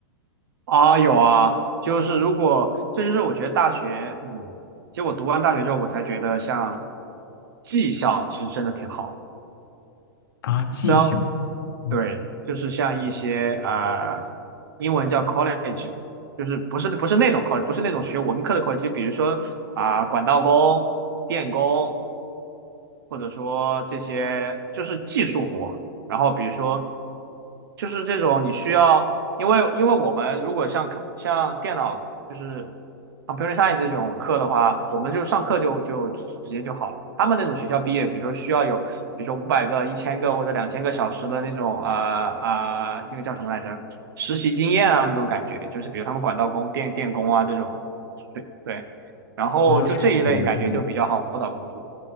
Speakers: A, on the right; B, on the left.
A: 啊，有啊，就是如果这就是我觉得大学，嗯，其实我读完大学之后，我才觉得像技校其实真的挺好。
B: 啊，技校。
A: 虽然
B: 嗯
A: 对，就是像一些啊、呃英文叫 college，就是不是不是那种 college，不是那种学文科的 college，就比如说啊、管道工、电工。或者说这些就是技术活。然后比如说，就是这种你需要，因为因为我们如果像看像电脑就是 computer science 这种课的话，我们就上课就就直接就好了嘛。他们那种学校毕业，比如说需要有，比如说五百个、一千个或者两千个小时的那种啊啊、那个叫什么来着？实习经验啊那种感觉，就是比如他们管道工、电电工啊这种，对对。然后就这一类感觉就比较好找工作，
B: 哦，确实，嗯